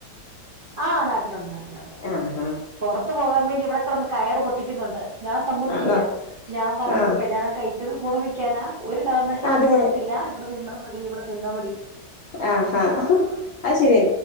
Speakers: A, on the right (about 45°); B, on the left (about 60°).
A: ആഹ് നാട്ടിലുണ്ട് നാട്ടിലുണ്ട്
B: ആഹ് ആഹ്
A: പൊറത്ത് പോകാൻ വേണ്ടി ഇവിടെക്കിടന്ന് കയറ് പൊട്ടിക്കുന്നുണ്ട് ഞാൻ സമ്മതിക്കൂല്ല
B: ആണോ
A: ഞാൻ പറഞ്ഞു
B: ആഹ്
A: കല്യാണം കഴിച്ചത് കൂടെ നിക്കാനാ ഒരു കാരണവശാലും
B: അതെ
A: വിടത്തില്ല ഇവിടെ നിന്നാ മതി ഇവിടെ നിന്നാ മതീ
B: ആഹ് ഹാ അതു ശരിയാ